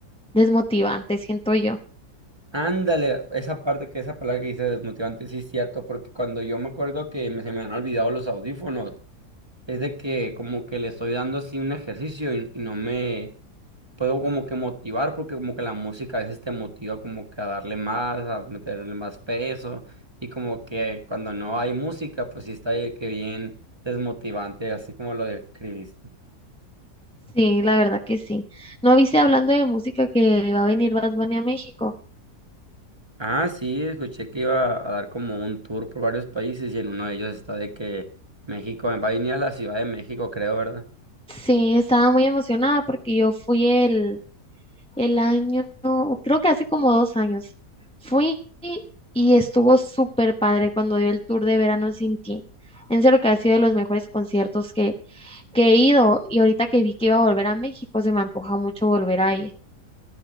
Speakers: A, in the centre; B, on the right (about 15°).
A: desmotivante, siento yo.
B: Ándale, esa parte que esa palabra que dice desmotivante, sí es cierto, porque cuando yo me acuerdo que me- se me han olvidado los audífonos, es de que como que le estoy dando así un ejercicio y, y no me puedo como que motivar, porque como que la música a veces te motiva como que a darle más, a meterle más peso, y como que cuando no hay música, pues sí está de que bien desmotivante, así como lo describiste.
A: Sí, la verdad que sí. ¿No viste hablando de música que va a venir Bad Bunny a México?
B: Ah, sí, escuché que iba a dar como un tour por varios países y en uno de ellos está de que México va a venir a la Ciudad de México, creo, ¿verdad?
A: Sí, estaba muy emocionada porque yo fui el, el año, creo que hace como dos años. Fui y estuvo súper padre cuando dio el tour de Verano Sin Ti. En serio que ha sido de los mejores conciertos que, que he ido y ahorita que vi que iba a volver a México, se me antoja mucho volver a ir.